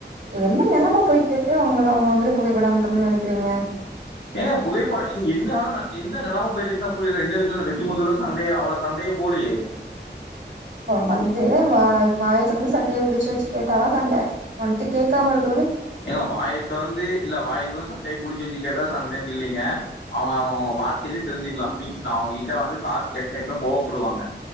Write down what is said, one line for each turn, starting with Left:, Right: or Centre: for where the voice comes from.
Right: இங்க என்ன நெலம போயிட்ருக்கு ஒங்ளுக்கு அவுங்க வந்துட்டு புகைப்பட அனுப்பனுன் நெனக்கிறீங்க
Left: ஏங்க புகைப்பட நீங் என்ன வேணா நா என்ன நெலம போயிட்ருக்குன்னா புரிய என்ன ரெண்டு பேருக்குள்ள என்ன வெட்டி மோதுற அளவுக்கு சண்டயா அவ்ள சண்டயெ போலயே
Right: இப்ப வன்ட்டு வா வாய தொறந்து சட்டைய பிடிச்சு வச்சு கேட்டாதா சண்ட வன்ட்டு கேக்காம இரு
Left: ஏங்க வாய தொறந்து இல்ல வாய தொறந்து சட்டைய புடிச்சு வச்சு கேட்டாதா சண்டன்ட்டில்லெங்க அவ அவுங்கவுங்க வார்த்தைலே தெரிஞ்சுக்லா மீன்ஸ் நா அவங்ககிட்ட வந்து காசு கேட்னா எப்மே கோவப்படுவாங்க